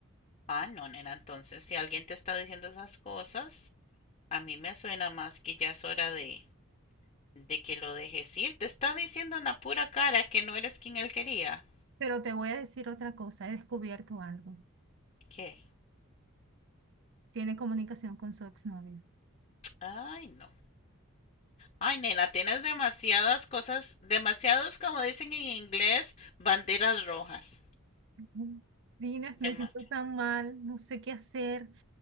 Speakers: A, on the left (about 30°); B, on the right (about 55°).
A: Ah, no, nena, entonces si alguien te está diciendo esas cosas, a mí me suena más que ya es hora de, de que lo dejes ir. Te está diciendo en la pura cara que no eres quien él quería.
B: Pero te voy a decir otra cosa, he descubierto algo.
A: ¿Qué?
B: Tiene comunicación con su exnovio.
A: Ay, no. Ay, nena, tienes demasiadas cosas, demasiados, como dicen en inglés, banderas rojas.
B: Ujú. Dines, me
A: Demasiado.
B: siento tan mal, no sé qué hacer.